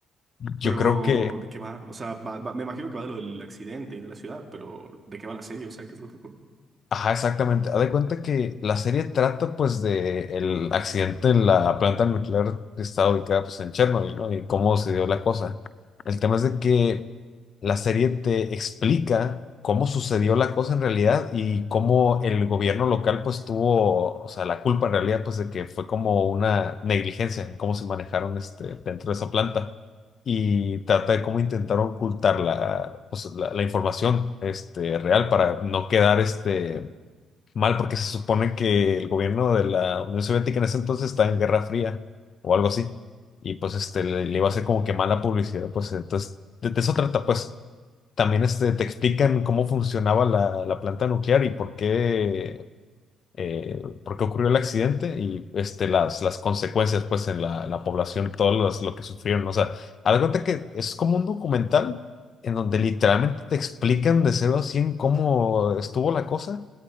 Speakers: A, on the left (about 55°); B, on the right (about 30°).
A: Yo
B: Pero,
A: creo que
B: ¿de qué va? O sea, va- va- me imagino que va de lo del accidente y de la ciudad, pero ¿de qué va la serie? O sea, ¿qué es lo que ocurre?
A: Ajá, exactamente. Haz de cuenta que la serie trata pues de el accidente en la planta nuclear que está ubicada pues en Chernobyl, ¿no? Y cómo se dio la cosa. El tema es de que la serie te explica cómo sucedió la cosa en realidad y cómo el gobierno local pues tuvo, o sea, la culpa en realidad pues de que fue como una negligencia en cómo se manejaron este, dentro de esa planta y trata de cómo intentaron ocultar la, pues, la, la información este, real para no quedar este Mal, porque se supone que el gobierno de la Unión Soviética en ese entonces estaba en Guerra Fría o algo así. Y pues este le, le iba a hacer como que mala publicidad, pues entonces de, de eso trata, pues también este te explican cómo funcionaba la, la planta nuclear y por qué eh, por qué ocurrió el accidente y este, las, las consecuencias pues en la, la población, todo las- lo que sufrieron. O sea, haz de cuenta que es como un documental en donde literalmente te explican de cero a cien cómo estuvo la cosa,